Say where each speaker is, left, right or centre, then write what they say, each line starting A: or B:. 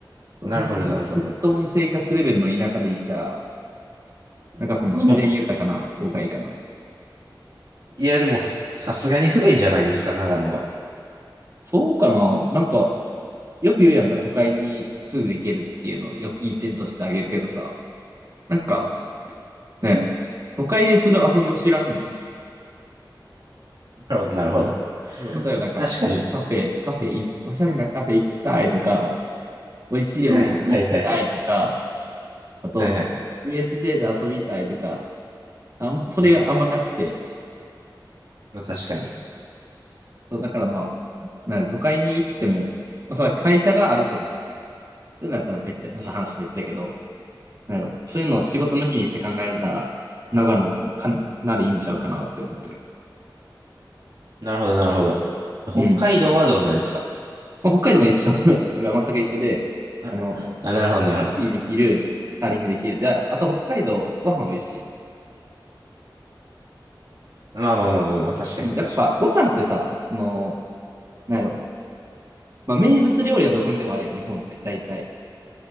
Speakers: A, on the right; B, on the right.
A: そうほんまに、
B: なるほど、なるほど。
A: 隠遁生活レベルの田舎でいいから、なんかその自然豊かな方がいいかな。
B: うんいや、でも、ふさすがに不便じゃないですか、長野は。
A: そうかななんか、よく言うやんか、都会にすぐ行けるっていうのをよくいい点としてあげるけどさ、なんか、
B: うんうん
A: ね、都会でする遊びを知らんねんな。
B: なるほど、なるほど。
A: そう、例えばなんか、
B: 確かに。
A: カフェ、カフェい、おしゃれなカフェ行きたいとか、美味しいお店に行きたいとか、
B: はいはい。
A: あと、
B: はいはいはい。
A: USJ で遊びたいとか、あん、それがあんまなくて、
B: うんうんまあ、確かに。
A: そう、だからまあ、なんやろ都会に行っても、まあさ、会社があるとかさ、そういうのやったら別、また話別やけど、
B: うんう
A: なんやろ。そういうのを仕事抜きにして考えるなら、
B: ん
A: 長野かな、かなりいいんちゃうかなって思ってる。
B: なるほど、なるほど。北海道はどうなんですか
A: うん。まあ、北海道も一緒。<laughs> だから <laughs> 全く一緒で、
B: あ、
A: あの、
B: あなるほど、なるほど。
A: いいできる、カーリングできる。で、あと北海道、ご飯美味しい。
B: まあまあまあまあまあ、確かに確か
A: うん。やっぱ、ご飯ってさ、あの、なんやろ。まあ、名物料理はどこにでもあるやん、日本って、大体。